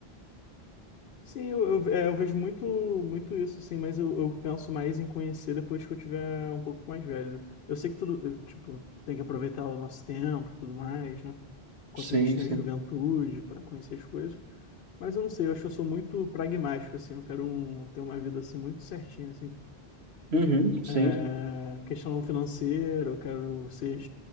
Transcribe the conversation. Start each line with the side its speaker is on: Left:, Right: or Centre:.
Left: Sim, eu, eu, é, eu vejo muito, muito isso, sim, mas eu, eu penso mais em conhecer depois que eu tiver um pouco mais velho. Eu sei que tudo, eu, tipo, tem que aproveitar o nosso tempo, e tudo mais, né? Enquanto
Right: Sim,
Left: a gente tem
Right: sim.
Left: a juventude para conhecer as coisas. Mas eu não sei, eu acho que eu sou muito pragmático, assim. Eu quero um- ter uma vida, assim, muito certinha, assim.
Right: Uhum, sim.
Left: É, questão financeira, eu quero ser